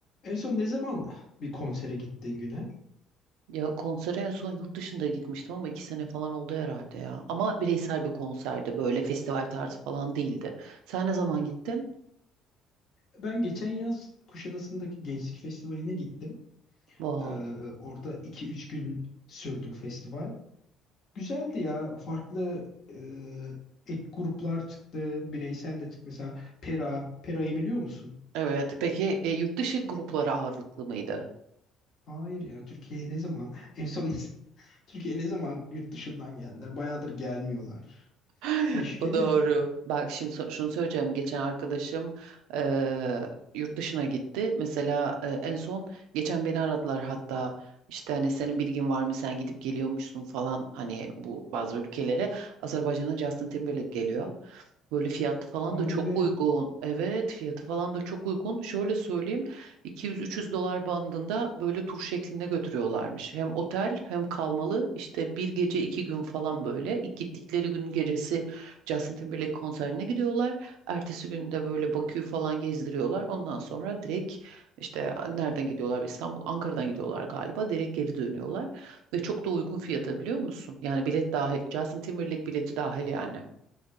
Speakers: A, on the left; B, on the right.
A: En son ne zaman bir konsere gittin Günel?
B: Ya konsere en son yurt dışında gitmiştim ama iki sene falan oldu herhalde ya. Ama bireysel bir konserdi böyle festival tarzı falan değildi. Sen ne zaman gittin?
A: Ben geçen yaz Kuşadası'ndaki Gençlik Festivali'ne gittim.
B: Wow.
A: Ee, orada iki üç gün sürdü bu festival. Güzeldi ya. Farklı e, ek gruplar çıktı. Bireysel de çıktı. Mesela Pera. Pera'yı biliyor musun?
B: Evet. Peki e, yurt dışı grupları ağırlıklı mıydı?
A: Hayır ya. Türkiye'ye ne zaman? En son <laughs> Türkiye'ye ne zaman yurt dışından geldiler? Bayağıdır gelmiyorlar.
B: <laughs>
A: Keşke
B: O doğru.
A: de
B: Bak şimdi so- şunu söyleyeceğim. Geçen arkadaşım eee, yurt dışına gitti. Mesela e, en son geçen beni aradılar hatta işte hani senin bilgin var mı sen gidip geliyormuşsun falan hani bu bazı ülkelere. Azerbaycan'a Justin Timberlake geliyor. Böyle fiyatı falan
A: hadi
B: da çok
A: be.
B: uygun. Evet, fiyatı falan da çok uygun. Şöyle söyleyeyim, 200-300 dolar bandında böyle tur şeklinde götürüyorlarmış. Hem otel hem kalmalı işte bir gece iki gün falan böyle. İlk gittikleri gün gecesi Justin Timberlake konserine gidiyorlar. Ertesi gün de böyle Bakü'yü falan gezdiriyorlar. Ondan sonra direkt işte nereden gidiyorlar? İstanbul, Ankara'dan gidiyorlar galiba. Direkt geri dönüyorlar. Ve çok da uygun fiyata biliyor musun? Yani bilet dahil. Justin Timberlake bileti dahil yani.